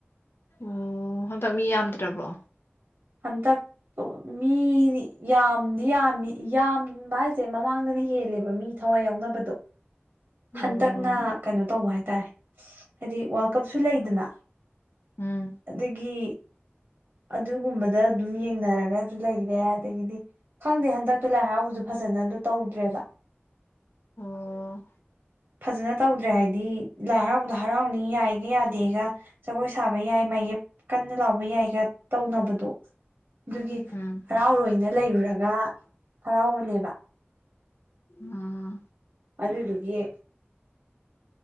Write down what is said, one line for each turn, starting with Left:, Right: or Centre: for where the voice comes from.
Left: ꯑꯣ ꯍꯟꯗꯛ ꯃꯤ ꯌꯥꯝꯗ꯭ꯔꯕ꯭ꯔꯣ
Right: ꯍꯟꯇꯛ ꯃꯤꯅꯤ ꯌꯥꯝꯗꯤ ꯌꯥꯝꯃꯤ ꯌꯥꯝꯕ ꯍꯥꯏꯁꯦ ꯃꯃꯥꯡꯗꯅ ꯍꯦꯜꯂꯦꯕ ꯃꯤ ꯊꯋꯥꯏ ꯌꯥꯎꯅꯕꯗꯣ ꯍꯟꯇꯛꯅ
Left: ꯑꯣ
Right: ꯀꯩꯅꯣ ꯇꯧꯕ ꯍꯥꯏꯇꯥꯔꯦ ꯍꯥꯏꯗꯤ ꯋꯥꯔꯜ ꯀꯞꯁꯨ ꯂꯩꯗꯅ
Left: ꯎꯝ
Right: ꯑꯗꯒꯤ ꯑꯗꯨꯒꯨꯝꯕꯗ ꯗꯗ ꯑꯗꯨꯝ ꯌꯦꯡꯅꯔꯒꯁꯨ ꯂꯩꯔꯦ ꯑꯗꯒꯤꯗꯤ ꯈꯪꯗꯦ ꯍꯟꯗꯛꯇ ꯂꯥꯏ ꯍꯔꯥꯎꯕꯁꯨ ꯐꯖꯅ ꯇꯧꯗ꯭ꯔꯦꯕ
Left: ꯑ
Right: ꯐꯖꯅ ꯇꯧꯗ꯭ꯔꯦ ꯍꯥꯏꯕꯗꯤ ꯂꯥꯏ ꯍꯔꯥꯎꯕꯗꯣ ꯍꯔꯥꯎꯅꯤ ꯌꯥꯏꯒ ꯌꯥꯗꯦꯒ ꯖꯒꯣꯏ ꯁꯥꯕ ꯌꯥꯏ ꯃꯥꯒꯤ ꯀꯟꯅ ꯂꯥꯎꯕ ꯌꯥꯏꯒ ꯇꯧꯅꯕꯗꯣ ꯑꯗꯨꯒꯤ
Left: ꯎꯝ
Right: ꯍꯔꯥꯎꯔꯣꯏꯅ ꯂꯩꯔꯨꯔꯒ ꯍꯔꯥꯎꯕꯅꯦꯕ
Left: ꯑꯥ
Right: ꯑꯔꯔꯒꯦ